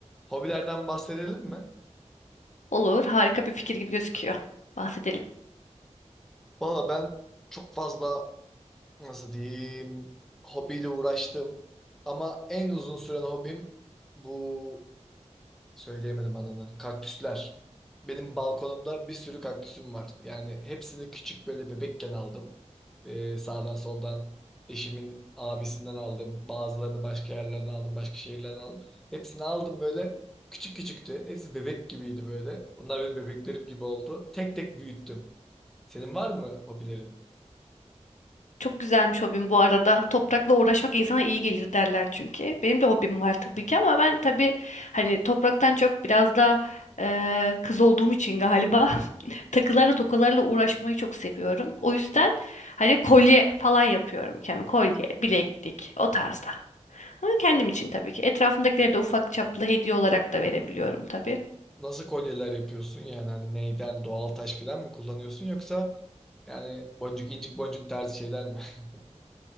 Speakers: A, in the centre; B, on the left (about 85°).
A: Hobilerden bahsedelim mi?
B: Olur, harika bir fikir gibi gözüküyor. Bahsedelim.
A: Valla ben çok fazla nasıl diyeyim hobiyle uğraştım. Ama en uzun süren hobim bu söyleyemedim adını. Kaktüsler. Benim balkonumda bir sürü kaktüsüm var. Yani hepsini küçük böyle bebekken aldım. Ee, sağdan soldan eşimin abisinden aldım. Bazılarını başka yerlerden aldım. Başka şehirlerden aldım. Hepsini aldım böyle. Küçük küçüktü. Hepsi bebek gibiydi böyle. Onlar benim bebeklerim gibi oldu. Tek tek büyüttüm. Senin var mı hobilerin?
B: Çok güzelmiş hobim bu arada. Toprakla uğraşmak insana iyi gelir derler çünkü. Benim de hobim var tabii ki ama ben tabii hani topraktan çok biraz da eee, kız olduğum için galiba <laughs> takılarla tokalarla uğraşmayı çok seviyorum. O yüzden hani kolye falan yapıyorum kendime. Kolye, bileklik o tarzda. Ama kendim için tabii ki. Etrafımdakilere de ufak çaplı hediye olarak da verebiliyorum tabii.
A: Nasıl kolyeler yapıyorsun? Yani hani neyden doğal taş falan mı kullanıyorsun yoksa yani boncuk incik boncuk tarzı şeyler mi? <laughs>